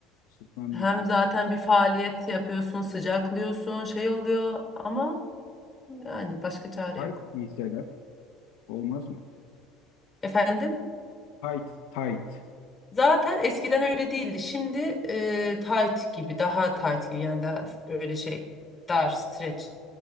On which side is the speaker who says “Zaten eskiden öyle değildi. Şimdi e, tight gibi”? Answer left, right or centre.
Left